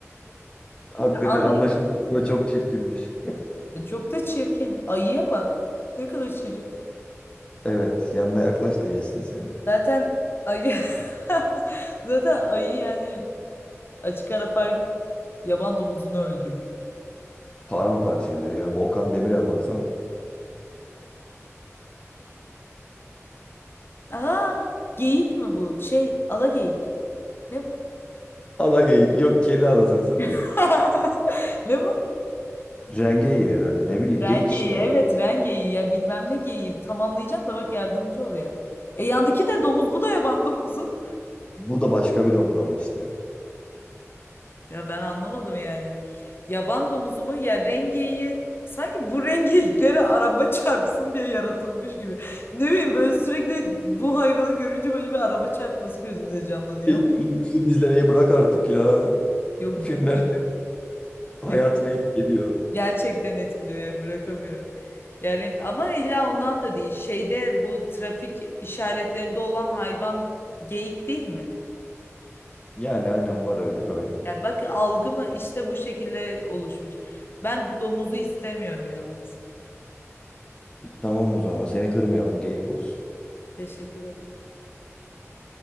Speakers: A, on the left (about 20°); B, on the left (about 45°).
A: Hakikaten
B: Ya Anlayabiliyor
A: anlaşıldı.
B: musun?
A: Bu çok çirkinmiş.
B: E, Çok da çirkin. Ayıya bak. Ne kadar şirin.
A: Evet. Yanına yaklaş da yesin seni.
B: Zaten ayı <laughs> zaten ayı yani açık ara fark yaban domuzunu öldürür.
A: Paramparça eder ya. Volkan Demirel baksana.
B: Aa, geyik mi bu? Şey, ala geyik. Ne bu?
A: Ala geyik. Yok kedi anasını satayım.
B: <laughs> Ne bu?
A: Rengeyi herhalde ne bileyim
B: Rengeyi
A: geyik işte ya.
B: evet rengeyi ya bilmem ne geyiği tamamlayacağım da bak yardımcı ol yani. E yandaki de domuz bu da yaban domuzu.
A: Bu da başka bir domuz ama işte.
B: Ya ben anlamadım yani. Yaban domuzu mu? Ya rengeyi sanki bu rengeyiklere araba <laughs> çarpsın diye yaratılmış gibi. Ne bileyim böyle sürekli bu hayvanı görünce böyle bir araba çarpması gözümde canlanıyor
A: Film,
B: ama
A: film film izlemeyi bırak artık ya.
B: yok
A: Filmler
B: bilmiyorum.
A: senin hayatına
B: Yok,
A: etki ediyor.
B: gerçekten etkiliyor yani bırakamıyorum. Yani ama illa ondan da değil. Şeyde bu trafik işaretlerinde olan hayvan geyik değil mi?
A: Yani aynen var öyle bir hayvan.
B: Ya bak algıma işte bu şekilde oluşmuş. Ben domuzu istemiyorum yalnız.
A: Tamam o zaman seni kırmayalım geyik olsun.
B: Teşekkür ederim.